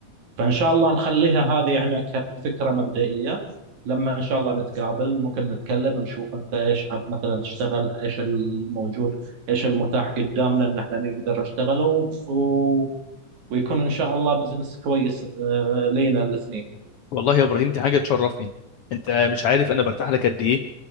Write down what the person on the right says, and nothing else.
فان شاء الله نخليها هذه احنا كفكره مبدئيه لما ان شاء الله نتقابل ممكن نتكلم نشوف انت ايش حاب مثلا تشتغل ايش الموجود ايش المتاح قدامنا ان احنا نقدر نشتغله و... ويكون ان شاء الله بزنس كويس آه، لينا الاثنين